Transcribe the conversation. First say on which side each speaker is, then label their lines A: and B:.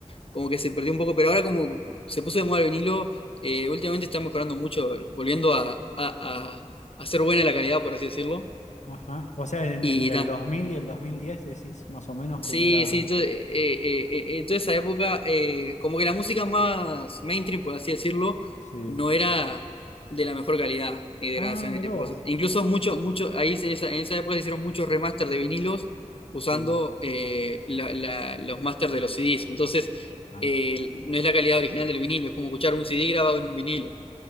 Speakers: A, on the left; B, on the left.
A: como que se perdió un poco, pero ahora como se puso de moda el vinilo, eh, últimamente está mejorando mucho, volviendo a, a, a a ser buena la calidad, por así decirlo.
B: ajá. O sea, en-
A: Mira,
B: entre el 2000 y el 2010 decís más o menos
A: sí,
B: que no era...
A: sí, yo, eh, eh, eh, eh, toda esa época, eh, como que la música más mainstream, por así decirlo,
B: Sí.
A: no era de la mejor calidad eh, de
B: Ah,
A: grabación, de
B: mirá
A: tipo
B: vos.
A: de cosas. Incluso mucho, mucho, ahí en esa, en esa época se hicieron muchos remaster de vinilos usando
B: Sí.
A: eh, la- la- los masters de los CDs. Entonces,
B: Ah,
A: eh, no es la calidad original del vinilo, es como escuchar un CD grabado en un vinilo.